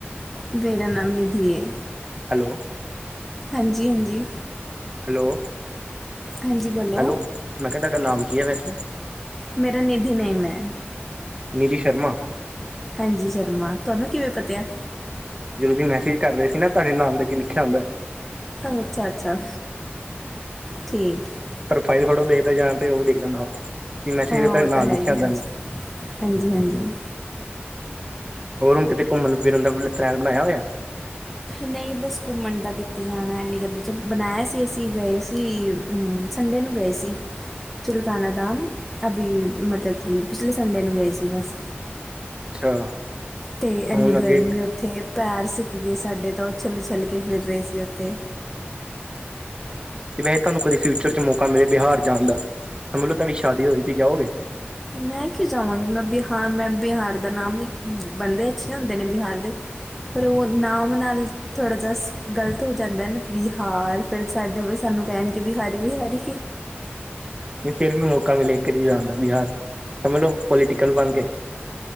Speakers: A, in the centre; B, on the right.
A: ਮੇਰਾ ਨਾਮ ਨਿਧੀ ਐ,
B: ਹੈਲੋ
A: ਹਾਂਜੀ-ਹਾਂਜੀ।
B: ਹੈਲੋ।
A: ਹਾਂਜੀ, ਬੋਲੋ।
B: ਹੈਲੋ ਮੈਂ ਕਿਹਾ ਤੁਹਾਡਾ ਨਾਮ ਕੀ ਹੈ ਵੈਸੇ
A: ਮੇਰਾ ਨਿਧੀ ਨੇਮ ਐ।
B: ਨਿਧੀ ਸ਼ਰਮਾ।
A: ਹਾਂਜੀ, ਸ਼ਰਮਾ ਤੁਹਾਨੂੰ ਕਿਵੇਂ ਪਤਿਆ?
B: ਜਦੋਂ ਤੁਸੀ ਮੈਸੇਜ ਕਰ ਰਹੇ ਸੀ ਨਾ ਤੁਹਾਡੇ ਨਾਮ ਅੱਗੇ ਲਿਖਿਆ ਆਦਾ।
A: ਉਹ ਅੱਛਾ-ਅੱਛਾ, ਠੀਕ। ਹੈ
B: ਫਾਈਲ ਫੋਟੋ ਦੇਖਦਾ ਜਾਂ ਤੇ ਉਹ ਵੀ ਦੇਖ ਦੇਖਦਾ ਮੈਸੇਜ
A: ਹਾਂ
B: ਤੁਹਾਡੇ
A: ਉਹ
B: ਨਾਮ
A: ਤਾਂ ਹੈ
B: ਲਿਖਿਆ
A: ਹੀ
B: ਹੁੰਦਾ
A: ਏ, ਹਾਂਜੀ-ਹਾਂਜੀ।
B: ਹੋਰ ਕਿਤੇ ਘੁੰਮਣ ਫਿਰਨ ਦਾ ਪਲੈਨ ਬਣਾਇਆ ਹੋਇਆ।
A: ਨਈ ਬਸ ਘੁੰਮਣ ਤਾਂ ਕਿਤੇ ਜਾਣਾ ਇੰਨੀ ਗਰਮੀ ਚ, ਬਣਾਇਆ ਸੀ ਅਸੀਂ ਗਏ ਸੀ ਹੂੰ, ਸੰਡੇ ਨੂੰ ਗਏ ਸੀ। ਚੁਿਲਕਾਨਾ ਦਾਮ, ਅਭੀ ਮਤਲਬ ਕਿ ਪਿਛਲੇ ਸੰਡੇ ਨੂੰ ਗਏ ਸੀ ਬਸ
B: ਅੱਛਾ।
A: ਤੇ ਇੰਨੀ
B: ਹੁਣ ਅੱਗੇ
A: ਗਰਮੀ ਉ ਉੱਥੇ ਪੈਰ ਸਿੱਕ ਗਏ ਸਾਡੇ ਤਾਂ ਉਹ ਓਛੱਲ-ਓਛੱਲ ਕੇ ਫਿਰ ਰਹੇ ਸੀ ਉੱਥੇ
B: ਜਿਵੇ ਤੁਹਾਨੂੰ ਕਦੇ ਫਿਊਚਰ ਚ ਮੌਕਾ ਮਿਲੇ ਬਿਹਾਰ ਜਾਣ ਦਾ ਸਮਝ ਲੋ ਤੁਹਾਡੀ ਸ਼ਾਦੀ ਹੋ ਰਹੀ ਥੀ ਜਾਓਗੇ
A: ਮੈਂ ਕਿਉਂ ਜਾਵਾਂਗੀ? ਮੈਂ ਬਿਹਾਰ, ਮੈਂ ਬਿਹਾਰ ਦਾ ਨਾਮ ਨ, ਬੰਦੇ ਅੱਛੇ ਹੁੰਦੇ ਨੇ ਬਿਹਾਰ ਦੇ ਪਰ ਉਹ ਨਾਮ ਨਾਲ ਥੋੜ੍ਹਾ ਜਿਹਾ ਗ਼ਲਤ ਹੋ ਜਾਂਦਾ ਨਾ ਬਿਹਾਰ ਫਿਰ ਸਾਡੇ ਸਾਨੂੰ ਕਹਿਣ ਕੇ ਬਹਾਰੀ ਵੀ ਬਹਾਰੀ
B: ਫਿਰ ਵੀ ਮੌਕਾ ਮਲੇ ਇੱਕ ਆਰੀ ਜਾਣ ਦਾ ਬਿਹਾਰ, ਸਮਝ ਲੋ ਪੋਲੀਟੀਕਲ ਬਣ ਕੇ